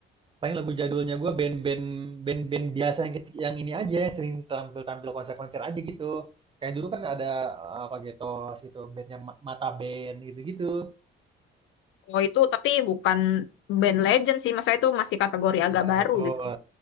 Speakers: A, on the right (about 25°); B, on the left (about 80°).
A: Paling lagu jadulnya gue band-band band-band biasa yang ketik- yang ini aja yang sering tampil-tampil konser-konser aja gitu. Kayak dulu kan ada apa gitu, itu bandnya Ma- Mata Band gitu-gitu.
B: Oh itu tapi bukan band legend sih, masa itu masih kategori agak
A: Iya
B: baru
A: betul.
B: gitu.